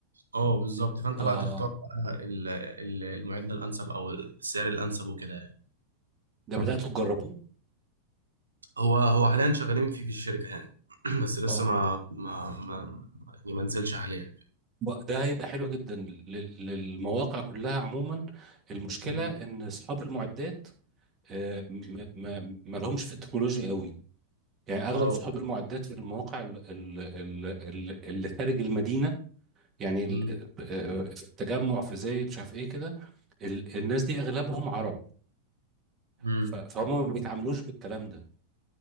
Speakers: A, on the right (about 75°); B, on the right (about 30°).
A: اه بالظبط فانت
B: اه اه
A: بقى تختار بقى ال- ال- المعد الانسب او السعر الانسب وكده يعني
B: ده بدأتوا تجربوه
A: هو هو حاليا شغالين فيه في الشركه يعني <clears throat> بس لسه
B: اه
A: ما ما ما يعني ما نزلش حاليا
B: و- ده هيبقى حلو جدا لل... للمواقع كلها عموما المشكلة
A: مم.
B: ان اصحاب المعدات آه، ما ما ما لهمش في التكنولوجيا قوي يعني اغلب
A: اه
B: صحاب المعدات في المواقع ال- ال- ال- ال- اللي خارج المدينه يعني ال-
A: مم.
B: آه، آه، في التجمع في زايد مش عارف ايه كده ال- الناس دي اغلبهم عرب
A: مم.
B: ف- فهم ما بيتعاملوش بالكلام ده